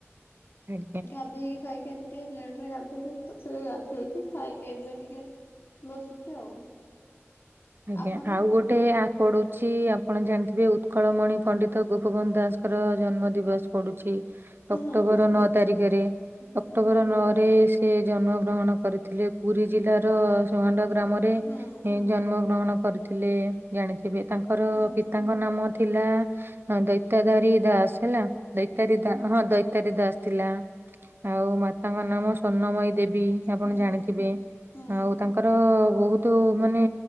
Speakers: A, on the right (about 50°); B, on the left (about 50°).
A: ଆଜ୍ଞା
B: ଗାଧେଇକି ଖାଇକି ଆଜି ଟିକେ ଲେଟ ରେ ଗାଧୋଇଲୁ ତ ସଏ ଗାଧୋଇେଇକି ଖାଏ ଏବେ ଟିକେ ବସିଛୁ ଆଉ।
A: ଆଜ୍ଞା
B: ଆପଣ
A: ଆଉ ଗୋଟେ ଗୋଟେ ପଡୁଛି ଆପଣ ଜାଣିଥିବେ ଉତ୍କଳମଣି ପଣ୍ଡିତ ଗୋପବନ୍ଧୁ ଦାସଙ୍କର ଜନ୍ମ ଦିବସ ପଡୁଛି ଛି ଅକ୍ଟୋବର
B: ହଁ
A: ନଅ ତାରିଖରେ
B: ହୁଁ
A: ଅକ୍ଟୋବର ନଅରେ ସେ ଜନ୍ମ ଗ୍ରହଣ କରିଥିଲେ। ପୁରୀ ଜିଲ୍ଲାର ସୁହାଣ୍ଡ ଗ୍ରାମରେ
B: ହଁ
A: ଜନ୍ମ ଗ୍ରହଣ କରିଥିଲେ ଜାଣିଥିବେ ତାଙ୍କର
B: ହୁଁ
A: ପି ତାଙ୍କ ନାମ ଥିଲା ଦୈତାଧାରୀ ଦାସ ହେଲା ଦୈତାରୀ ଦାସ ହଁ ତାରୀ ଦାସ ଥିଲା ଆଉ ମାତାଙ୍କ ନାମ ସଵର୍ଣ୍ଣମୟୀ ଦେବୀ। ଆପଣ
B: ହୁଁ
A: ଜାଣିଥିବେ
B: ହୁଁ
A: ଆଉ ତାଙ୍କର ବହୁତ ମାନେ